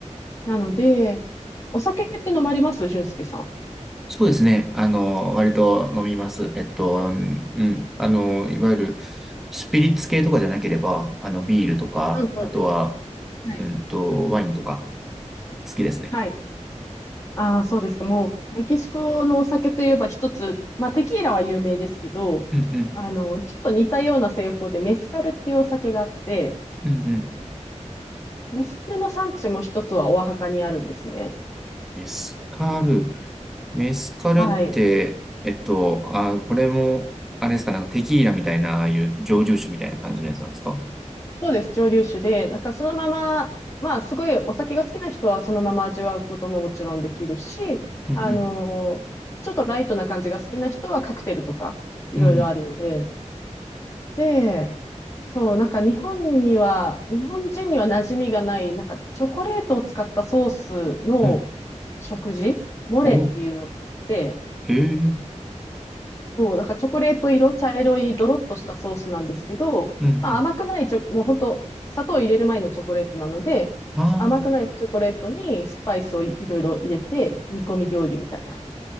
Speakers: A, on the left (about 25°); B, in the centre.
A: なので、お酒って飲まれます俊介さん。
B: そうですね。あの、割と飲みます。えっと、うんうん。あの、いわゆるスピリッツ系とかじゃなければ、あの、ビールとか、
A: うんうんうん。
B: あとは、
A: はい。
B: うんと、ワインとか、好きですね。
A: はい。ああ、そうですか。もう、メキシコのお酒といえば一つ、まあ、テキーラは有名ですけど、
B: うんうん。
A: あの、ちょっと似たような製法でメスカルっていうお酒があって、
B: うんうん。
A: メスカルの産地も一つはオアハカにあるんですね。
B: メスカル。メスカルって、
A: はい。
B: えっと、あ、これも、あれですか、なんかテキーラみたいな、ああいう蒸留酒みたいな感じのやつなんですか
A: そうです、蒸留酒で、なんかそのまま、まあすごいお酒が好きな人はそのまま味わうことももちろんできるし、
B: うんうん。
A: あのーちょっとライトな感じが好きな人はカクテルとかいろいろあるので、
B: うんう
A: で、そう、なんか日本には、日本人には馴染みがない、なんかチョコレートを使ったソースの
B: ん。うん
A: 食事、モレっていうのがあって、
B: お、へえ。うん
A: そう、だからチョコレート色、茶色い、ドロッとしたソースなんですけど、
B: うん。
A: まあ甘くないチョ、もう本当砂糖を入れる前のチョコレートなので、
B: あー
A: そ甘くないチョコレートにスパイスをい、いろいろ入れて、煮込み料理みたいな。